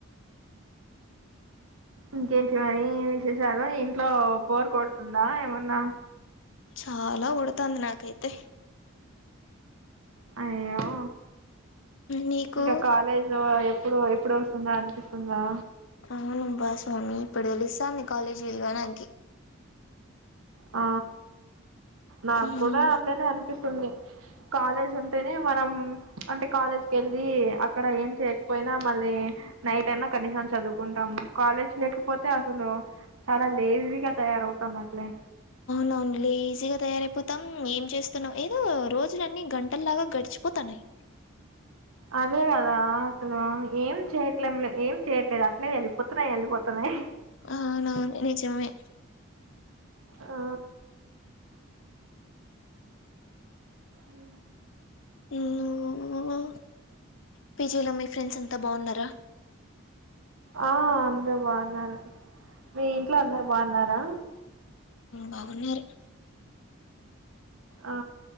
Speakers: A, on the right; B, on the left.
A: ఇంకేంటి మరి విశేషాలు ఇంట్లో బోర్ కొడుతుందా ఏమన్నా
B: చాలా కొడుతుంది నాకైతే
A: అయ్యో
B: నీకు
A: ఇంకా కాలేజ్ ఇప్పుడు ఎప్పుడ వస్తుందా అనిపిస్తుందా
B: అవునుంభాస్వామి ఇప్పుడు తెలుస్తాంది కాలేజీ వెలువడానికి
A: ఆ
B: నాకి
A: నాకు కూడా అళ్ళనే అనిపిస్తుంది కాలేజ్ ఉంటేనే మనం అంటే కాలేజ్కి వెళ్ళి అక్కడ ఏం చేయకపోయినా మళ్ళీ అ నైట్ అయినా కనీసం చదువుకుంటాము కాలేజ్ లేకపోతే అసలు చాలా లేజీగా తయారవుతాం అట్లే
B: నన్లీ లేజిగా తయారైపోతాం ఏం చేస్తున్నావు ఏదో రోజులన్ని గంటలలాగా గడిచిపోతాన్నాయి
A: అదే కదా అసలు ఏం చేయట్లేం ఏం చేయట్లేదు అట్లే వెళ్ళిపోతున్నాయి వెళ్ళిపోతున్నాయి
B: అవును అవును నిజమే
A: ఆ ఉ
B: నువ్వు పీజీలో మీ ఫ్రెండ్స్ ఎంతా బాగున్నారా
A: ఆ అందరు బాగున్నారు మీ ఇంట్లో అందరు బాగున్నారా
B: బాగున్నారు
A: ఆ